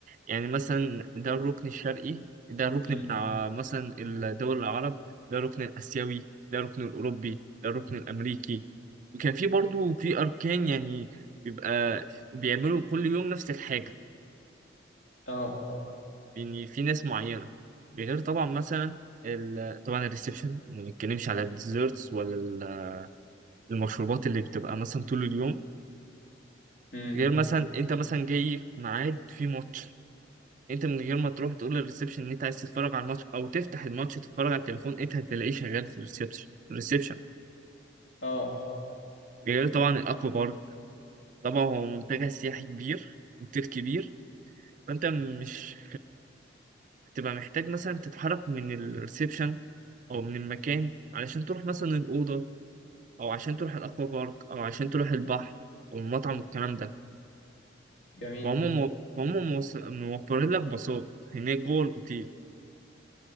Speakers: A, on the right (about 40°); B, on the left (about 70°).
A: يعني مثلا ده الركن الشرقي ده الركن
B: امم
A: بتاع مثلا الدول العرب ده الركن الآسيوي ده الركن الأوروبي ده الركن الأمريكي وكان في برضو في أركان يعني بيبقى بيعملوا كل يوم نفس الحاجة
B: اه
A: لأن في ناس معينة غير طبعا مثلا ال... طبعا الريسبشن ما بنتكلمش على الديزرتس ولا ال- المشروبات اللي بتبقى مثلا طول اليوم
B: امم
A: غير مثلا انت مثلا جاي في ميعاد في ماتش انت من غير ما تروح تقول للريسبشن ان انت عايز تتفرج على الماتش او تفتح الماتش تتفرج على التليفون انت هتلاقيه شغال في الريسبشن الريسبشن
B: اه
A: غير طبعا الاكوا بارك طبعا هو منتجع سياحي كبير اوتيل كبير فانت مش هتبقى محتاج مثلا تتحرك من الريسبشن او من المكان علشان تروح مثلا الاوضه او عشان تروح الاكوا بارك او عشان تروح البحر او المطعم والكلام ده
B: جميل
A: فهم مو- فهم موص- موفرين لك باصات هناك جوه الاوتيل